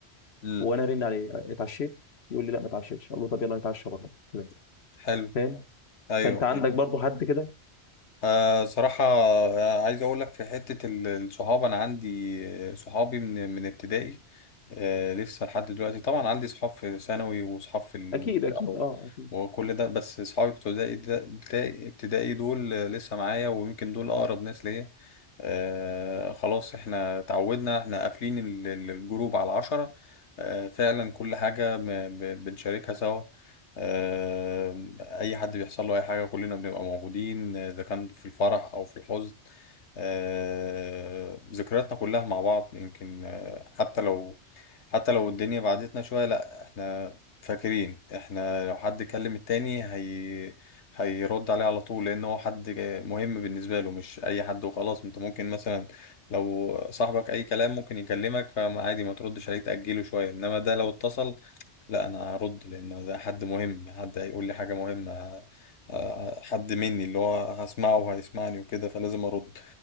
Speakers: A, on the left (about 85°); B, on the left (about 70°).
A: امم
B: وأنا أرن عليه اتعشيت يقول لي لا ما اتعشيتش أقول له طب يلا نتعشى بره كده
A: حلو
B: فاهم
A: ايوه
B: فأنت عندك
A: أيوه.
B: برضو حد كده
A: أه صراحة آه، عايز أقول لك في حتة ال- الصحاب أنا عندي آه، صحابي من من ابتدائي أه لسه لحد دلوقتي طبعا عندي صحاب في ثانوي وصحاب في المنطقة
B: أكيد أكيد
A: و-
B: أه أكيد
A: وكل ده بس صحابي بتوع ابتدائي ده- ابتدائي ابتدائي دول آه، لسه معايا ويمكن دول أقرب ناس ليا أه خلاص احنا تعودنا احنا قافلين ال- ال- الجروب على عشرة أه فعلا كل حاجة ب- ب- بنشاركها سوا آه، اي حد بيحصل له اي حاجه كلنا بنبقى موجودين آه، اذا كان في الفرح او في الحزن آه، ذكرياتنا كلها مع بعض يمكن آه، حتى لو حتى لو الدنيا بعدتنا شويه لا احنا فاكرين احنا لو حد كلم التاني هي هيرد عليه على طول لان هو حد مهم بالنسبه له مش اي حد وخلاص انت ممكن مثلا لو صاحبك اي كلام ممكن يكلمك فما عادي ما تردش عليه تاجله شويه انما ده لو اتصل لا انا هرد لان ده حد مهم حد هيقول لي حاجه مهمه آه، آه، حد مني اللي هو هسمعه وهيسمعني وكده فلازم ارد